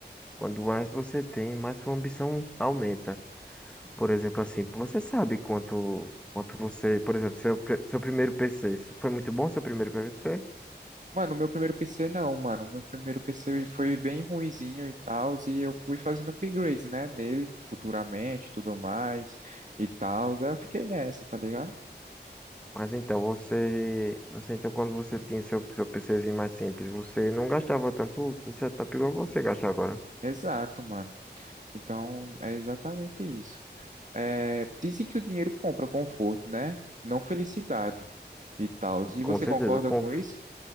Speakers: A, in the centre; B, on the right (about 45°).
A: Quando mais você tem, mais sua ambição aumenta. Por exemplo, assim, você sabe quanto, quanto você, por exemplo, seu, pri- seu primeiro PC, isso foi muito bom seu primeiro PC?
B: mano, o meu primeiro PC não, mano. O meu primeiro PC foi bem ruinzinho e tal, e eu fui fazendo upgrades, né, dele futuramente, e tudo mais e tal. Aí eu fiquei nessa, tá ligado?
A: Mas então, você, você então quando você tinha seu, seu PCzinho mais simples, você não gastava tanto em setup igual você gasta agora.
B: Exato, mano. Então, é exatamente isso. É, dizem que o dinheiro compra conforto, né? Não felicidade e tal. E
A: Com
B: você
A: certeza,
B: concorda
A: conf-
B: com isso?